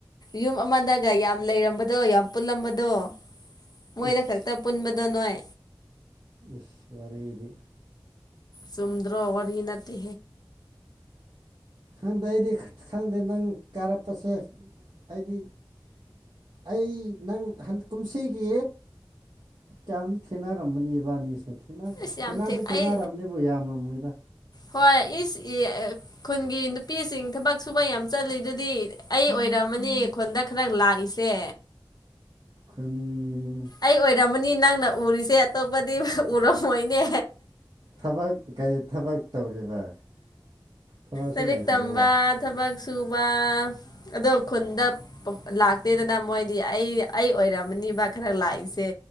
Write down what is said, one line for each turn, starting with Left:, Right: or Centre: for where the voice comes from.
Left: ꯌꯨꯝ ꯑꯃꯗꯒ ꯌꯥꯝ ꯂꯩꯔꯝꯕꯗꯣ ꯌꯥꯝ ꯄꯨꯜꯂꯝꯕꯗꯣ ꯃꯣꯏꯗ
Right: ꯏꯁ
Left: ꯈꯛꯇ ꯄꯨꯟꯕꯗꯣ ꯅꯣꯏ
Right: ꯏꯁ ꯏꯁ ꯋꯥꯔꯤꯔꯤꯕꯤ
Left: ꯁꯨꯝꯗ꯭ꯔꯣ ꯑꯋꯥꯔꯍꯤꯟꯅꯇꯦ
Right: ꯈꯪꯗꯦ ꯑꯩꯗꯤ ꯈꯪꯗꯦ ꯅꯪ ꯀꯥꯔꯛꯄꯁꯦ ꯑꯩꯗꯤ ꯑꯩ ꯅꯪ ꯀꯨꯝꯁꯤꯒꯤ ꯀꯝ ꯊꯦꯡꯅꯔꯝꯝꯕꯅꯤꯕꯅꯤꯁꯦ
Left: ꯏꯁ
Right: ꯊꯦꯡꯅꯗꯤ
Left: ꯌꯥꯝ ꯊꯤ
Right: ꯊꯦꯡꯅꯔꯕꯅꯦꯕ
Left: ꯑꯩ
Right: ꯌꯥꯝꯃ ꯃꯣꯏꯗ
Left: ꯍꯣꯏ ꯏꯁ ꯈꯨꯟꯒꯤ ꯅꯨꯄꯤꯁꯤꯡ ꯊꯕꯛ ꯁꯨꯕ ꯌꯥꯝ ꯆꯠꯂꯤ ꯑꯗꯨꯗꯤ ꯑꯩ ꯑꯣꯏꯔ ꯃꯅꯤ ꯑꯩꯈꯣꯟꯗ ꯈꯔ ꯂꯥꯛꯏꯁꯦ
Right: ꯈꯟ
Left: ꯑꯩ ꯑꯣꯏꯔꯝꯃꯅꯤ ꯅꯪꯅ ꯎꯔꯤꯁꯦ ꯑꯇꯣꯞꯄꯗꯤ ꯎꯔꯝꯃꯣꯏꯅꯦ
Right: ꯊꯕꯛ ꯊꯕꯛ ꯇꯧꯔꯤꯕ ꯊꯕꯛꯁꯨ
Left: ꯂꯥꯏꯔꯤꯛ
Right: ꯂꯩꯇ꯭ꯔꯒ
Left: ꯇꯝꯕ ꯊꯕꯛ ꯁꯨꯕ ꯑꯣ ꯈꯨꯟꯗ ꯂꯥꯛꯇꯦꯗꯅ ꯃꯣꯏꯗꯤ ꯑꯩ ꯑꯩ ꯑꯣꯏꯔꯝꯃꯅꯤꯕ ꯈ ꯈꯔ ꯂꯥꯛꯏꯁꯦ